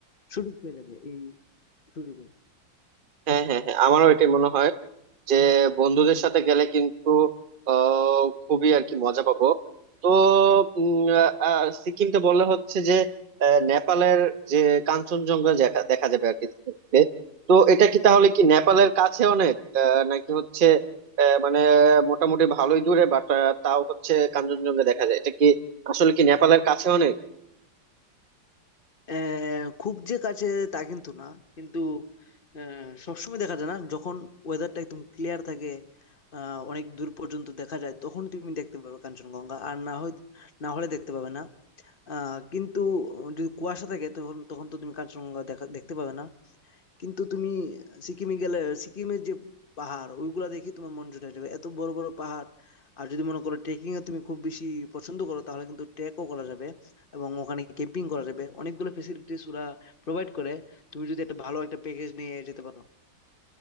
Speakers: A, on the left; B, on the right.
A: সুযোগ পেয়ে যাবে এই সুযোগে
B: হ্যাঁ হ্যাঁ হ্যাঁ আমারও এটাই মনে হয় যে বন্ধুদের সাথে গেলে কিন্তু আহ, খুবই আর কি মজা পাবো তো উম, আহ, সিকিমকে বললে হচ্ছে যে আহ, নেপালের যে কাঞ্চনজঙ্ঘা দেখা দেখা যাবে আর কি সিকিমে। তো এটা কি তাহলে কি নেপালের কাছে অনেক আহ, নাকি হচ্ছে আহ, মানে মোটামুটি ভালোই দূরে বাট তাও হচ্ছে কাঞ্চনজঙ্ঘা দেখা যায় এটা কি আসলে কি নেপালের কাছে অনেক
A: আহ, খুব যে কাছে তা কিন্তু না কিন্তু আহ, সবসময় দেখা যায় না যখন ওয়েদারটা একদম ক্লিয়ার থাকে আহ, অনেক দূর পর্যন্ত দেখা যায় তখন তুমি দেখতে পাবে কাঞ্চনজঙ্ঘা আর না হয় না হলে দেখতে পাবে না আহ, কিন্তু যদি কুয়াশা থাকে তখন তখন তো তুমি কাঞ্চনজঙ্ঘা দেখা দেখতে পাবে না কিন্তু তুমি সিকিমে গেলে সিকিমের যে পাহাড় ওইগুলা দেখে তোমার মন জুড়ে যাবে এত বড় বড় পাহাড় আর যদি মনে করো ট্রেকিং এ তুমি খুব বেশি পছন্দ করো তাহলে কিন্তু ট্রেকও করা যাবে এবং ওখানে ক্যাম্পিং করা যাবে অনেকগুলো ফেসিলিটিস ওরা প্রোভাইড করে তুমি যদি একটা ভালো একটা প্যাকেজ নিয়ে যেতে পারো